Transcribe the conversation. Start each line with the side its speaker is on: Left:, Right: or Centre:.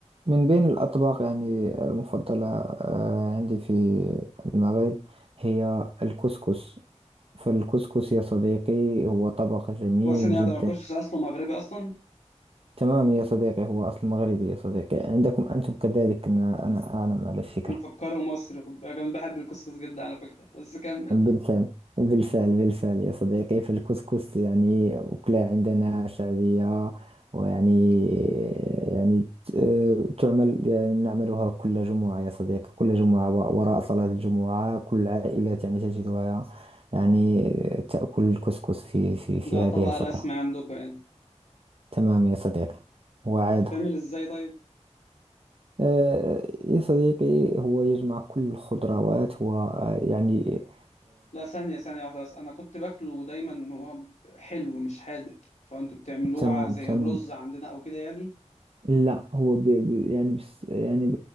Right: من بين الأطباق يعني المفضلة آه، عندي في المغرب هي الكسكس فالكسكس يا صديقي هو طبق جميل
Left: وبعدين يا
Right: جدا
Left: ده الكسكس اصله مغربي اصلا
Right: تمام يا صديقي هو أصل مغربي يا صديقي عندكم أنتم كذلك ما أنا أعلم على فكرة
Left: مفكره مصري خد بالك انا بحب الكسكس جدا على فكره بس كمل
Right: بالفعل بالفعل بالفعل يا صديقي فالكسكس يعني أكلة عندنا شعبية ويعني يعني ت- تعمل يعني نعملها كل جمعة يا صديقي كل جمعة وراء صلاة الجمعة كل العائلات يعني تجدها يعني تأكل الكسكس في في في
Left: ده
Right: هذه
Left: طبق
Right: الفترة
Left: رسمي عندكم يعني
Right: تمام يا صديقي وعادة
Left: بتعمل ازاي طيب
Right: آه، يا صديقي هو يجمع كل الخضروات ويعني
Left: لا ثانيه ثانيه واحده بس انا كنت باكله دايما ان هو حلو مش حادق فانتوا بتعملوه
Right: تمام
Left: ع- زي
Right: تمام
Left: الرز عندنا او كده يعني
Right: لا هو ب... ب... يعني بس يعني ب...